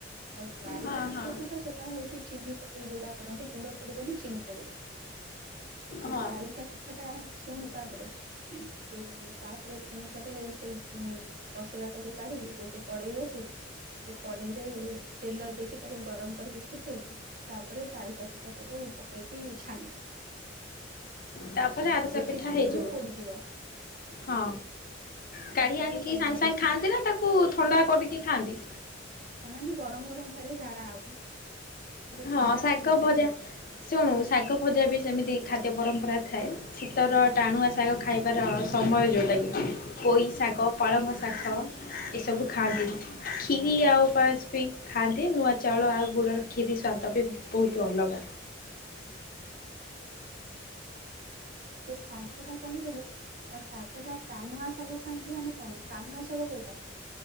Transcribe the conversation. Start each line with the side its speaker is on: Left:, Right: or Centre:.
Right: ଆଉ ଆରିସା
Left: ହଁ
Right: ପିଠା
Left: ହଁ
Right: ଯୋଉଟା ସେଟା ହଉଛି ଚିନି ପକେଇ ଯୋଉଟା କରନ୍ତି ଗୁଡ ପଡିବନି ଚିନି ପଡିବ। ସେ
Left: ହଁ
Right: ଯୋଉ ଆରିସା କଥା ଟା ଶୁଣୁ ତାପରେ ଯୋଉ ତାପରେ ପୁଣି ଥରେ ସେଇ ଉଁ ତସଲା ଟାକୁ କାଢିକି ଗୋଟେ କଡେଇ ବସେଇ ସେ କଡେଇ ରେ ତେଲ ଦେଇକି ତାକୁ ଗରମ କରିକି ଫୁଟେଇବୁ ତାପରେ ସେ ଆରିସା ପିଠା ଟାକୁ ପକେଇକି ଛାଣିବୁ।
Left: ତା ପରେ ଆରିସା
Right: ବେଶୀ
Left: ପିଠା
Right: ଛାଣିବୁନୁ
Left: ହେଇଯିବ,
Right: ପୋଡିଯିବ
Left: ହଁ। କାଢି
Right: ଆଉ ତାପରେ
Left: ଆଣିକି
Right: ସଇଲା
Left: ସାଙ୍ଗେ
Right: ଆଉ
Left: ସାଙ୍ଗେ
Right: କିଛି
Left: ଖାଆନ୍ତି
Right: ନାହିଁ
Left: ନା ତାକୁ ଥଣ୍ଡା କରିକି ଖାଆନ୍ତି?
Right: ଅନାନି ଗରମ ଗରମ ଖାଇଲେ ଝାଡା ହବୁ। ତାକୁ ଥଣ୍ଡା
Left: ହଁ ଶାଗ
Right: କରିକି ଖାଇବୁ
Left: ଭଜା ଶୁଣୁ ଶାଗ ଭଜା ବି ସେମିତି ଖାଦ୍ୟ ପରମ୍ପରା ଥାଏ। ଶୀତର ଟାଣୁଆ ଶାଗ ଖାଇବାର ସମୟ ଯୋଉଟା କି। ପୋଇ ଶାଗ, ପାଳଙ୍ଗ ଶାଗ। ଏସବୁ ଖାଆନ୍ତି କ୍ଷୀରି ଆଉ ପାସ ବି ଖାଆନ୍ତି ନୂଆ ଚାଉଳ ଆଉ ଗୁଡ଼ର କ୍ଷୀରି ସ୍ୱାଦ ବି ବହୁତ ଅଲଗା।
Right: ତୁ ଶାଗ ଶାଗଟା କଣ କି ଯୋଉ ଆଉ ଶାଗ ଟା ଟାଣୁଆ ଶାଗ ଖାଆନ୍ତି ମାନେ କଣ ଟାଣୁଆ ଶାଗ କୋଉଟା?